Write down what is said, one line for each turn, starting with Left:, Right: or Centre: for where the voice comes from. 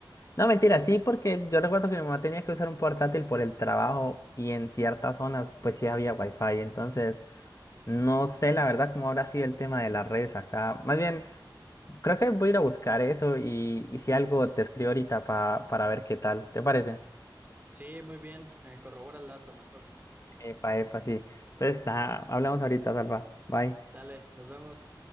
Left: No, mentira, sí, porque yo recuerdo que mi mamá tenía que usar un portátil por el trabajo y en ciertas zonas pues sí había wifi, entonces no sé la verdad cómo habrá sido el tema de las redes acá. Más bien, creo que voy a ir a buscar eso y, y si algo te escribo ahorita pa- para ver qué tal, ¿te parece?
Right: Sí, muy bien, eh, corrobora el dato mejor.
Left: Epa, epa, sí. Entonces, nada, hablamos ahorita, Salva. Bye.
Right: Sale, nos vemos.